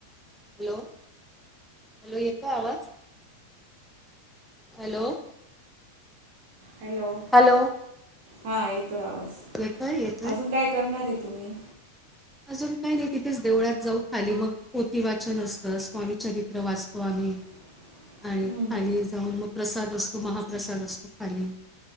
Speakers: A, in the centre; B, on the right.
A: हॅलो हॅलो येतोय आवाज हॅलो?
B: हॅलो!
A: हॅलो!
B: हा येतोय आवाज,
A: येतोय येतोय
B: अजून काय करणार आहे तुम्ही?
A: अजून काही नाही तिथेच देवळात जाऊ खाली मग पोथी वाचन असतं स्वामीचरित्र वाचतो आम्ही
B: <inaudible>
A: आणि
B: हम्म,
A: खाली जाऊन मग प्रसाद असतो महाप्रसाद असतो खाली